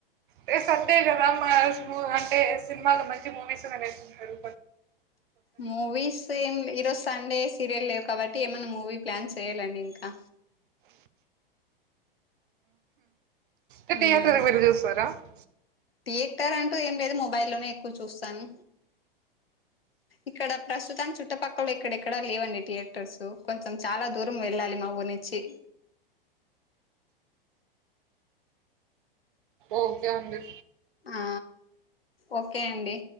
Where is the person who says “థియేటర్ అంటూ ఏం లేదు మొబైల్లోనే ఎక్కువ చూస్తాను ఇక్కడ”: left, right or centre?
Left